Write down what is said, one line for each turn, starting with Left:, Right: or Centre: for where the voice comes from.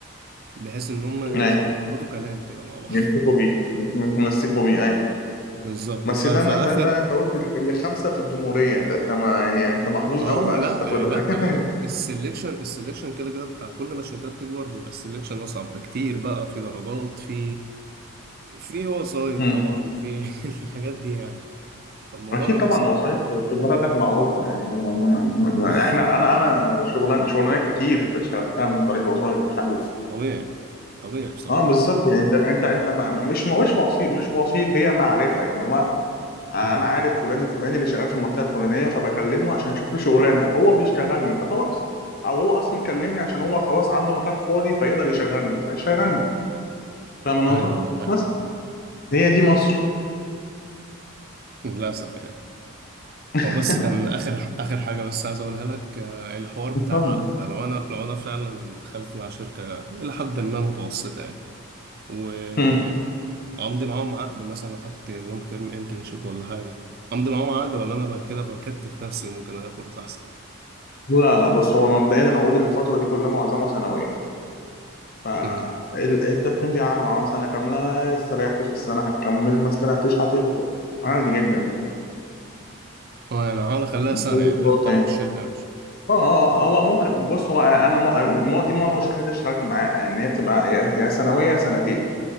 Right: بحيث إن هم إيه
Left: ايوه
Right: زي يربطوا كلام كده مع بعض
Left: يمسكوا بيه يتمسكوا بيه ايوه
Right: <laughs> بالظبط
Left: بس
Right: ف- فآخر
Left: ده انا ده ده انت قلت اللي خمسه في الجمهوريه انت انت ما يعني انت محظوظ
Right: اه
Left: قوي بقى عشان
Right: لا
Left: تاخد
Right: آه لا
Left: قوي <laughs>
Right: آه السلكشن السلكشن كده كده بتاع كل ما الشركات تكبر بيبقى السلكشن اصعب بكتير بقى في درجات في في وسايط
Left: مم.
Right: طبعا في <laughs> الحاجات دي يعني فالموضوع
Left: اكيد
Right: بيبقى
Left: طبعا
Right: صعب
Left: وسايط في بلدك معروفه يعني ما- ما- ما- ما-
Right: <laughs>
Left: احنا انا انا شغلان شغلانات كتير فاشتغلتها من طريق الوسايط مش عارف
Right: طبيعي طبيعي بصراحة
Left: اه بالظبط يعني انت انت انت ما- ما- مش مش وسيط مش وسيط هي معرفه يعني هو انا
Right: امم
Left: عارف فلان الفلاني اللي شغال في المنطقه الفلانيه فبكلمه عشان يشوف لي شغلانه فهو بيشتغلني فخلاص او هو اصلا كلمني عشان هو خلاص عنده مكان فاضي فيقدر يشغلني فيشغلني فاهم النقطة؟
Right: ايوه ايوه أيوة.
Left: بس هي دي مصر
Right: <laughs> للاسف يعني
Left: <laughs>
Right: هو بس كان اخر اخر حاجه بس عايز اقولها لك آه، الحوار بتاع
Left: اتفضل.
Right: العقد ده لو انا لو انا فعلا دخلت مع شركه الى حد ما متوسطه وامضي
Left: مم.
Right: معاهم عقد مثلا لو خدت لونج تيرم انترنشيب ولا حاجه امضي معاهم عقد ولا انا بقى كده بكتف نفسي وممكن الاقي فرصه احسن
Left: لا لا بص هو مبدئيا العقود الفترة دي كلها معظمها سنوية فانت
Right: امم
Left: بتمضي عقد عام سنة كاملة استريحت في السنة هتكمل ما استريحتش هتكمل عادي جدا يعني
Right: هو يعني هحاول اخليها سنه
Left: كل
Right: يعني
Left: الوضع
Right: حتى لو
Left: يعني
Right: الشركه مش
Left: اه اه هو ممكن بص هو انا م... الم- دي معظم الشركات اللي اشتغلت معاها ان هي بتبقى يا يا سنوية يا سنتين